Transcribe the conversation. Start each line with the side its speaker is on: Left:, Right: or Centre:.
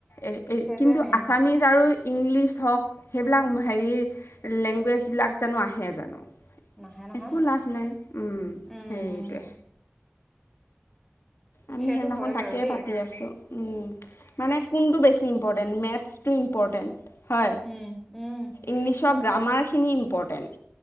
Left: এ-এই
Centre: সেইটোৱে
Left: কিন্তু
Centre: মেইন।
Left: আছামিজ আৰু ইংলিছ হওঁক সেই বিলাক হেৰি লেংগুৱেজবিলাক জানোঁ আহে জানো?
Centre: নাহে নহয়।
Left: একো লাভ নাই
Centre: উম,
Left: সেইটোৱে
Centre: উম
Left: আমি
Centre: সেইটো
Left: সেইদিনাখন
Centre: হয়
Left: তাকে
Centre: বাৰু দেই।
Left: পাতি আছো। উম, মানে কোন টো বেছি ইম্পৰ্টেণ্ট? মেথছটো ইম্পৰ্টেণ্ট। হয়।
Centre: উম, উম,
Left: ইংলিছৰ গ্ৰামাৰখিনি ইম্পৰ্টেণ্ট।